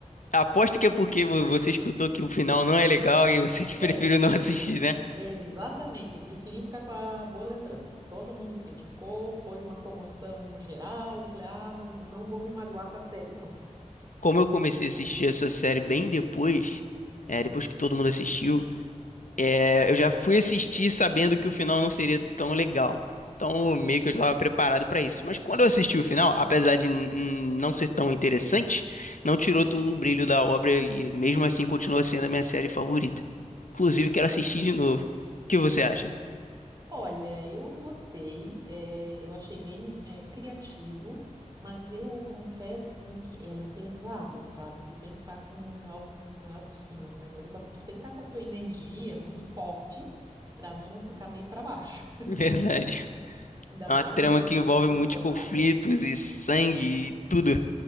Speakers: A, on the left; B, on the right.
A: Aposto que é porque vo- você escutou que o final não é legal e você que <laughs> preferiu
B: É,
A: não assistir, né?
B: exatamente. Eu preferi ficar com a boa lembrança. Todo mundo criticou, foi uma comoção geral. Eu falei, ah, não, vou- não vou me magoar com a série, não.
A: Como eu comecei a assistir essa série bem depois, é, depois que todo mundo assistiu. É, eu já fui assistir sabendo que o final não seria tão legal. Então, meio que eu já estava preparado para isso. Mas quando eu assisti o final, apesar de n- n- não ser tão interessante, não tirou todo o brilho da obra e mesmo assim continua sendo a minha série favorita. Inclusive, quero assistir de novo. O que você acha?
B: Olha, eu, eu gostei, eh, eu achei bem eh, criativo, mas eu confesso assim que ela é pesada, sabe? Tu tem que estar com au- não é autoestima, como é que eu vou dizer? Com a- Tu tem que estar com a tua energia muito forte para não ficar meio para baixo.
A: <laughs> Verdade.
B: <laughs> Ainda
A: É
B: mais
A: uma trama
B: ali a
A: que
B: primeira
A: envolve
B: temporada.
A: muitos conflitos e sangue e tudo.